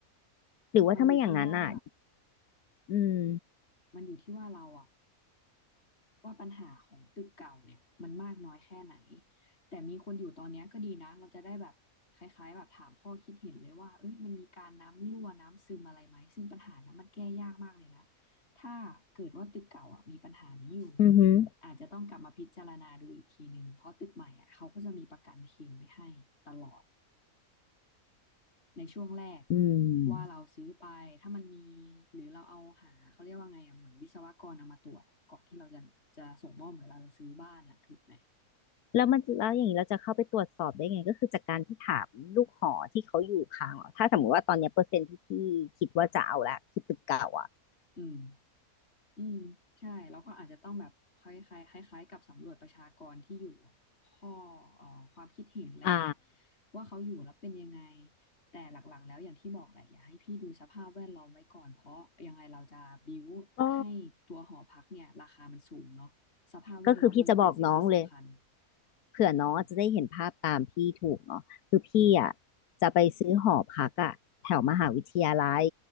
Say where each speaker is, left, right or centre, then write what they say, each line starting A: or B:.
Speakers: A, on the left; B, on the left.
A: หรือว่าถ้าไม่อย่างนั้นอะ
B: มันอยู่ที่ว่า
A: อืม
B: มันอยู่ที่ว่าเราอะว่าปัญหาของตึกเก่าเนี่ยมันมากน้อยแค่ไหนแต่มีคนอยู่ตอนเนี้ยก็ดีนะเราจะได้แบบคล้ายๆแบบถามข้อคิดเห็นเลยว่าเอ้ยมันมีการน้ำรั่วน้ำซึมอะไรไหมซึ่งปัญหานั้นมันแก้ยากมากเลยนะถ้าเกิดว่าตึกเก่าอ่ะมีปัญหานี้อยู่
A: อือหือ
B: อาจจะต้องกลับมาพิจารณาดูอีกทีหนึ่งเพราะตึกใหม่อ่ะเขาก็จะมีประกันเคลมไว้ให้ตลอด ในช่วงแรก
A: อืม
B: ว่าเราซื้อไปถ้ามันมีหรือเราเอาหาเขาเรียกว่าไงอ่ะเหมือนวิศวกรเอามาตรวจอะก่อนที่เราจะจะส่งมอบเหมือนเราเราซื้อบ้านอ่ะถูกไหม
A: แล้วมันจะแล้วอย่างนี้เราจะเข้าไปตรวจสอบได้ไงก็คือจากการที่ถามลูกหอที่เขาอยู่ค้างเหรอถ้าสมมติว่าตอนเนี้ยเปอร์เซ็นต์ที่พี่คิดว่าจะเอาละคิดตึกเก่าอ่ะ
B: อืมอืมใช่เร้ก็อาจจะต้องแบบคล้ายๆคล้ายๆกับสำรวจประชากรที่อยู่อะข้อเอ่อความคิดเห็นอะไรเงี้ย
A: อ่า
B: ว่าเขาอยู่แล้วเป็นยังไงแต่หลักๆแล้วอย่างที่บอกแหละอย่าให้พี่ดูสภาพแวดล้อมไว้ก่อนเพราะยังไงเราจะบิ้ว
A: ก็
B: ให้ตัวหอพักเนี่ยราคามันสูงเนาะสภาพแวดล้อมมันเลยเป็นสิ่งที่สำคัญ
A: ก็คือพี่จะบอกน้องเลยเผื่อน้องจะได้เห็นภาพตามพี่ถูกเนาะคือพี่อ่ะ
B: อืมอืม
A: จะไปซื้อหอพักอ่ะแถวมหาวิทยาลัย